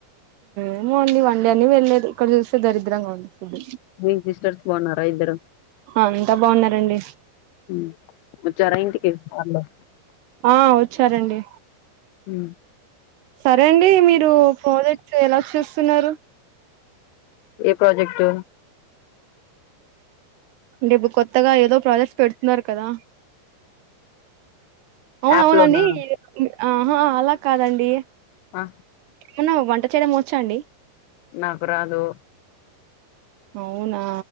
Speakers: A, on the right (about 75°); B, on the left (about 85°).
A: ఏమో అండి వన్డే అని వెళ్ళలేదు ఇక్కడ చూస్తే దరిద్రంగా ఉంది ఫుడ్
B: మీ సిస్టర్స్ బాగున్నారా ఇద్దరు
A: అంతా బాగున్నారండి
B: మ్ వచ్చారా ఇంటికి వాళ్లు
A: ఆ వచ్చారండి
B: మ్
A: సరే అండి మీరు ప్రాజెక్ట్స్ ఎలా చూస్తున్నారు
B: ఏ ప్రాజెక్ట్
A: అంటే ఇప్పుడు కొత్తగా ఏదో ప్రాజెక్ట్స్ పెడుతున్నారు కదా అవునవునండి
B: యాప్ లోనా
A: ఆహా అలా కాదండి
B: అ
A: యునో వంట చేయడం వచ్చండి
B: నాకు రాదు
A: అవునా